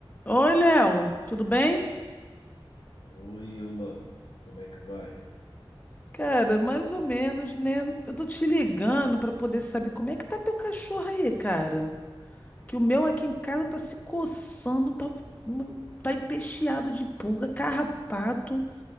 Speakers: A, on the left; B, on the left.
A: Oi, Léo, tudo bem?
B: Oi, Ilma, como é que vai?
A: Cara, mais ou menos, né? Eu tô te ligando pra poder saber como é que tá teu cachorro aí, cara. Que o meu aqui em casa tá se coçando, tá, uma- tá empecheado de pulga, carrapato.